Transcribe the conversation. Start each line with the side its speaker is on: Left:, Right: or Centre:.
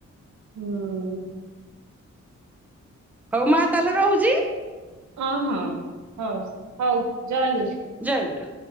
Right: ହୁଁ ଉଁ।
Centre: ହଉ ମା ତାହେଲେ ରହୁଯି ଇ।
Right: ଅ ହଁ ହଉ ହଉ ଜୟ ଗୁ
Centre: ଜୟଗୁରୁ।